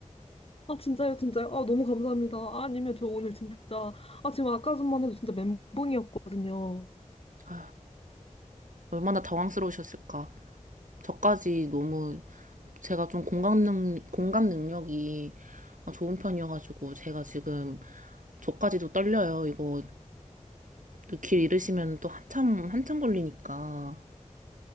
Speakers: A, on the left; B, on the right.
A: 아 진짜요, 진짜요? 아 너무 감사합니다. 아, 아니면 저 오늘 진짜 아 지금 아까 전만 해도 진짜 멘붕이었거든요.
B: 아, 얼마나 당황스러우셨을까. 저까지 너무 제가 좀 공감 능, 공감 능력이 좋은 편이어가지고, 제가 지금 저까지도 떨려요. 이거 또길 잃으시면 또 한참, 한참 걸리니까.